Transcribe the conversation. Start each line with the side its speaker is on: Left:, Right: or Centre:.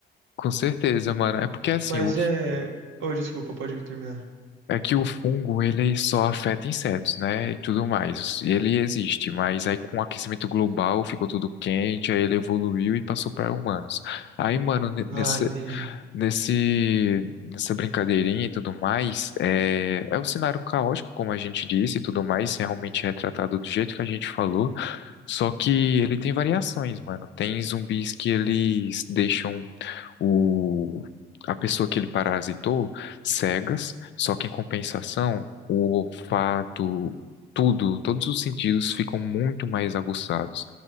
Left: Com certeza, mano. É porque assim,
Right: Mas
Left: o,
Right: é, ô, desculpa, pode terminar.
Left: É que o fungo, ele só afeta insetos, né? E tudo mais. Ele existe, mas aí com o aquecimento global ficou tudo quente, aí ele evoluiu e passou para humanos. Aí, mano, ne-
Right: Ah,
Left: nesse,
Right: entendi.
Left: nesse, nessa brincadeirinha e tudo mais, é, é um cenário caótico, como a gente disse, e tudo mais, realmente retratado do jeito que a gente falou. Só que ele tem variações, mano. Tem zumbis que eles deixam o... a pessoa que ele parasitou cegas, só que em compensação, o olfato, tudo, todos os sentidos ficam muito mais aguçados.